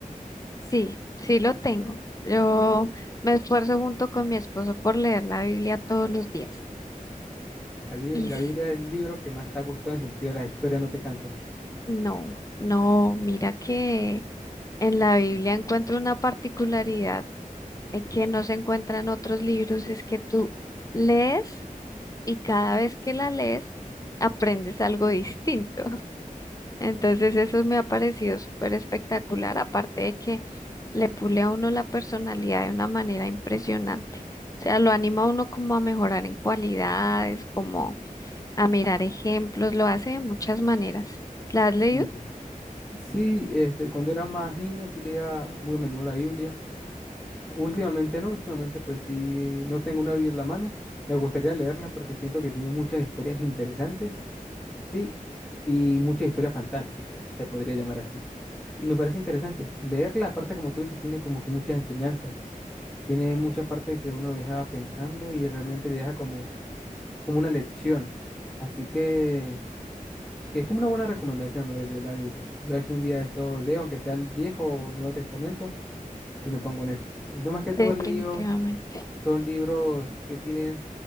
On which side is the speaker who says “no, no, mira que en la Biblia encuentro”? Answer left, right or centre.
Left